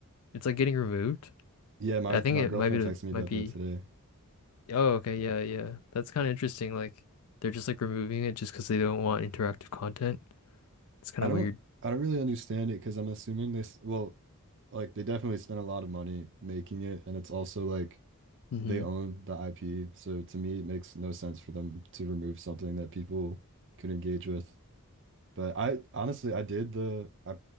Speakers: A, on the left; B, on the right.
A: it's like getting removed.
B: Yeah, my
A: I think
B: my
A: it
B: girlfriend
A: might be
B: texted me about
A: might be
B: that today.
A: Oh, okay, yeah, yeah. That's kind of interesting. Like they're just like removing it just because they don't want interactive content. It's kind
B: I
A: of
B: don't
A: weird.
B: I don't really understand it because I'm assuming this, well, like they definitely spent a lot of money making it, and it's also like
A: hmm
B: they own the IP. So to me, it makes no sense for them to remove something that people could engage with. But I honestly, I did the I